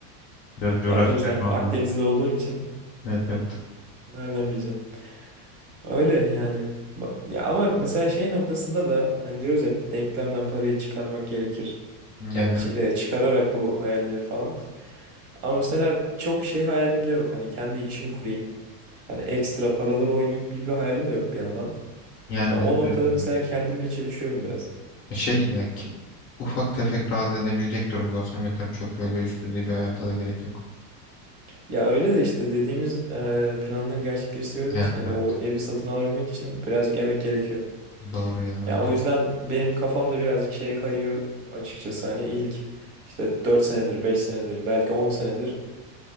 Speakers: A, on the left; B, on the right.
A: Biraz coğrafya
B: Ya tabii sen
A: çalışmam
B: Akdenizli
A: lazım.
B: olduğun için
A: Evet evet.
B: nereden bileceksin? Öyle yani. Ba- Ya ama mesela şey noktasında da hani diyoruz ya denklemden parayı çıkarmak gerekir. Yani
A: Yani
B: çi- e, çıkararak bu hayalleri falan. Ama mesela çok şey hayalim de yok. Hani kendi işimi kurayım. Hani ekstra paraları oynayayım gibi bir hayalim de yok bir yandan.
A: yani
B: Ha, O
A: benim
B: noktada
A: de öyle.
B: mesela kendimle çelişiyorum biraz.
A: şey ya ki, ufak tefek rahat edebilecek durumda olsam yeter. Çok öyle üst düzey bir hayata da gerek yok.
B: Ya öyle de işte dediğimiz e, planları gerçekleştirebilmek
A: Yani
B: için hani
A: evet
B: o evi satın alabilmek için birazcık emek gerekiyor.
A: doğru ya
B: Ya
A: öyle.
B: o yüzden benim kafamda birazcık şeye kayıyor açıkçası hani ilk işte 4 senedir 5 senedir belki 10 senedir